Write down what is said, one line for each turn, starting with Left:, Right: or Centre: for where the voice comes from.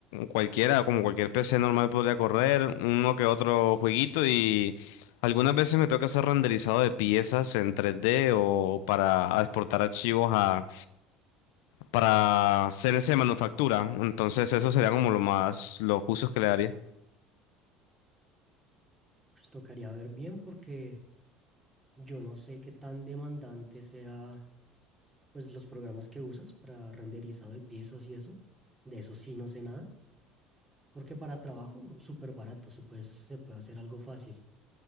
Left: cualquiera, como cualquier PC normal podría correr, uno que otro jueguito y algunas veces me toca hacer renderizado de piezas en 3D o para exportar archivos a, para CNC de manufactura. Entonces eso sería como lo más, los usos que le daría.
Right: Pues tocaría ver bien porque yo no sé qué tan demandante sea pues los programas que usas para renderizado de piezas y eso. De eso sí no sé nada, porque para trabajo súper barato se puede, se puede hacer algo fácil.